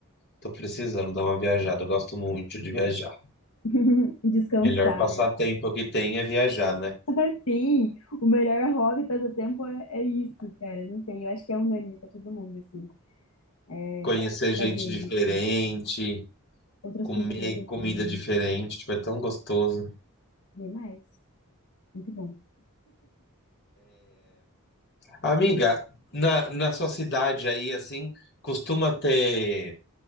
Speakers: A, on the left; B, on the left.
A: Tô precisando dar uma viajada, eu gosto muito de viajar.
B: <laughs> Descansar,
A: Melhor passatempo
B: né?
A: que tem é viajar, né?
B: <laughs> Assim, o melhor hobby, passatempo é, é isso, cara. Não sei, eu acho que é unânime pra todo mundo, assim, é
A: Conhecer gente
B: fazer
A: diferente.
B: isso. Outras
A: Comer
B: culturas
A: comida
B: também.
A: diferente, tipo, é tão gostoso.
B: Vem mais. Muito bom.
A: Amiga, na, na sua cidade aí, assim, costuma ter,